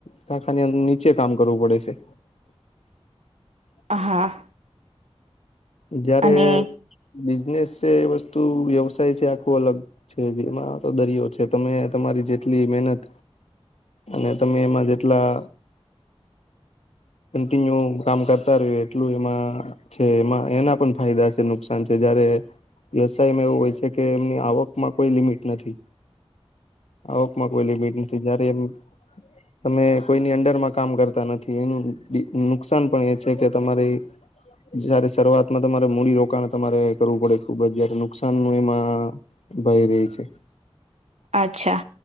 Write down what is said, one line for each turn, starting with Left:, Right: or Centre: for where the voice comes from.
Left: શાખાની અંદર નીચે કામ કરવું પડે છે. <unintelligible>
Right: હા
Left: જયારે
Right: અને
Left: બિઝનેસ છે એ વસ્તુ વ્યવસાય છે આખું અલગ છે જેમાં તો દરિયો છે, તમે તમારી જેટલી મનત અને તમે એમાં જેટલા કિન્યુ કામ કરતા રહ્યું એટલું એમાં છે, એમાં એના પણ ફાયદા છે, નુકસાન છે જયારે વ્યવસાયમાં એવું હોય છે, કે એમની આવકમાં કોઈ લિમિટ નથી. આવકમાં કોઈલી બેટ નથી જયારે એમ તમે કોઈની અંડરમાં કામ કરતા નથી, એનું નુકસાન પણ એ છે કે તમારી સારી શરૂઆત માં તમારે મૂડીરોકાણ તમારે કરવું પડે ખુબ જ જયારે નુકસાન ન એમાં ભય ર છે,
Right: અચ્છા